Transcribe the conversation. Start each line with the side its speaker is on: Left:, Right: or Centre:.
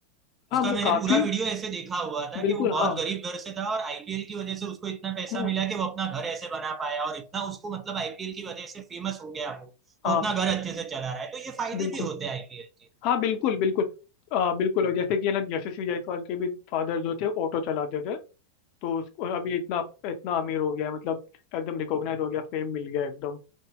Right: उसका
Left: हाँ मतलब
Right: मैंने
Left: काफी
Right: पूरा वीडियो ऐसे देखा हुआ था
Left: बिल्कुल
Right: कि वो बहुत
Left: हाँ
Right: गरीब घर से था और आईपीएल की वजह से उसको इतना पैसा
Left: हम्म
Right: मिला कि वो अपना घर ऐसे बना पाया और इतना उसको मतलब आईपीएल की वजह से फेमस हो गया वो तो
Left: हाँ
Right: अपना घर अच्छे से चला रहा है तो ये फायदे
Left: बिल्कुल
Right: भी होते हैं आईपीएल के
Left: हाँ बिल्कुल बिल्कुल आ, बिल्कुल और जैसे कि है ना यशस्वी जायसवाल के भी फादर जो थे ऑटो चलाते थे तो उसको अभी इतना इतना अमीर हो गया है, मतलब एकदम रिकॉग्नाइज हो गया फेम मिल गया एकदम